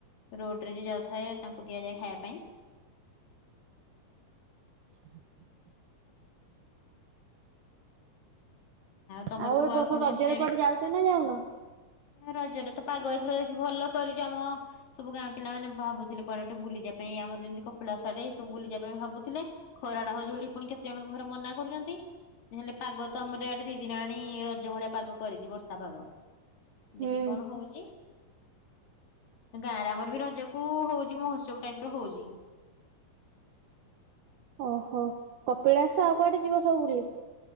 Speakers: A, on the left; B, on the right.
A: ରୋଡରେ ଯେ ଯାଉଥାଏ ଦିଆଯାଏ ଖାଇବା ପାଇଁ।
B: ହ <inaudible>
A: ତମର
B: ଆଉ
A: ସବୁ
B: ଏ ବର୍ଷ
A: କଣ
B: ରଜରେ
A: କଣ ସିଆଡେ
B: କୁଆଡେ ଯାଉଛ ନା ଯାଉନ?
A: ରଜରେ ତ ପାଗ ଏଥର ଦେଖି ଭଲ କରିଛ ଆମ ସବୁ ଗାଁ ପିଲାମାନେ ଭାବୁଥିଲେ କୁଆଡେ ଗୋଟେ ବୁଲିଯିବା ପାଇଁ ଆମର ଯେମିତି କପିଳାସ୍ ଆଡେ ଏଇ ସବୁ ବୁଲିଯିବା ପାଇଁ ଭାବୁଥିଲେ ଖରାଟା ହେଉଛି ବୋଲି ପୁଣି କେତେ ଜଣଙ୍କ ଘରେ ମନା କରୁଛନ୍ତି ନହେଲେ ପାଗ ତ ଆମର ୟାଡେ ଦି ଦିନ ହେଲାଣି ରଜ ଭଳିଆ ପାଗ କରିଛି ବର୍ଷା ପାଗ।
B: ହୁଁ
A: ଦେଖି କଣ ହଉଛି। ଗାଁଆରେ ଆମର ବି ରଜକୁଉଉ ହଉଛି ମହୋତ୍ସବ ଟାଇପର ହଉଛି।
B: ଓହୋଃ କପିଳାସ ଆଉ କୁଆଡେ ଯିବ ସବୁ ବୁଲି?